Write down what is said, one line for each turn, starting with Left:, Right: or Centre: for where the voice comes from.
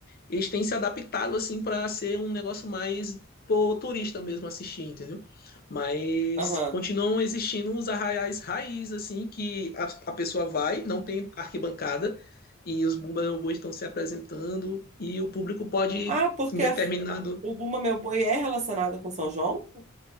Left: eles têm se adaptado assim para ser um negócio mais pro turista mesmo assistir, entendeu? Mas
Right: aham.
Left: continuam existindo os arraiais raiz assim que a, a pessoa vai, não tem arquibancada e os bumba-meu-boi estão se apresentando e o público pode
Right: Ah, porque
Left: em determinado
Right: a- o Buma Meu Boi é relacionado com São João?